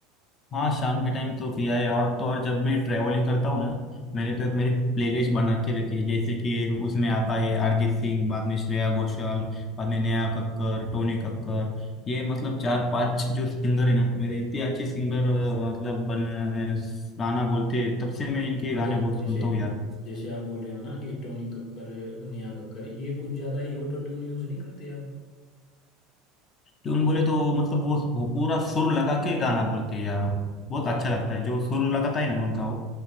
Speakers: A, on the left; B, on the left.
A: हाँ शाम के टाइम तो पिया है और तो और जब मैं ट्रैवलिंग करता हूँ ना मैंने
B: हाँ
A: तो एक मेरी प्लेलिस्ट बना के रखी है जैसे कि उसमें आता है अरिजीत सिंह बाद में श्रेया घोषाल बाद में नेहा कक्कर टोनी कक्कर ये मतलब चार पांच जो सिंगर है ना मेरे इतने अच्छे सिंगर मतलब बन गाना बोलते हैं तब से मैं इनके
B: हाँ
A: गाने
B: तो
A: बहुत
B: जैसे
A: सुनता हूँ यार
B: जैसे आप बोल रहे हो ना कि टोनी कक्कर नेहा कक्कर ये कुछ ज़्यादा ही ऑटो ट्यून यूज़ नहीं करते यार
A: ट्यून बोले तो मतलब वो, वो पूरा सुर लगा के गाना बोलते हैं यार बहुत अच्छा
B: हाँ
A: लगता है जो सुर लगाता है ना उनका वो